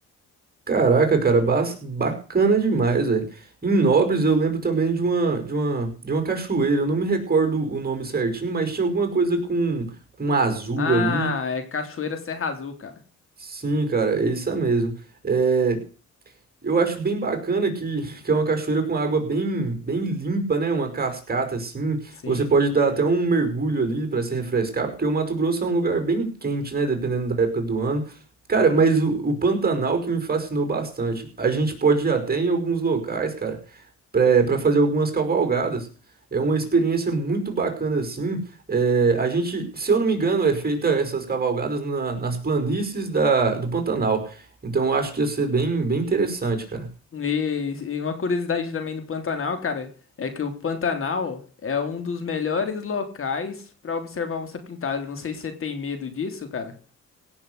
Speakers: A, on the right; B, on the left.
A: Caraca, cara, bas- bacana demais, velho. Em Nobres eu lembro também de uma, de uma, de uma cachoeira. Eu não me recordo o nome certinho, mas tinha alguma coisa com, com azul
B: Ah,
A: ali.
B: é Cachoeira Serra Azul, cara.
A: Sim, cara, é isso mesmo. É, eu acho bem bacana que, que é uma cachoeira com água bem, bem limpa, né? Uma cascata assim.
B: Sim.
A: Você pode dar até um mergulho ali para se refrescar, porque o Mato Grosso é um lugar bem quente, né? Dependendo da época do ano. Cara, mas o, o Pantanal que me fascinou bastante. A gente pode ir até em alguns locais, cara para fazer algumas cavalgadas. É uma experiência muito bacana assim. É, a gente, se eu não me engano, é feita essas cavalgadas na- nas planícies da, do Pantanal. Então eu acho que ia ser bem, bem interessante, cara.
B: E, e uma curiosidade também do Pantanal, cara, é que o Pantanal é um dos melhores locais pra observar onça-pintada. Não sei se você tem medo disso, cara.